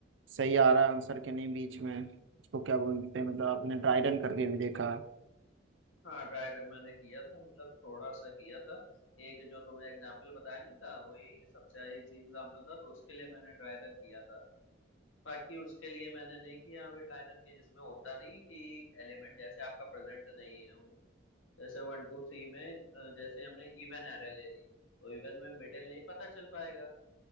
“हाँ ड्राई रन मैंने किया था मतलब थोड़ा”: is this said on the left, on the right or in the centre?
Left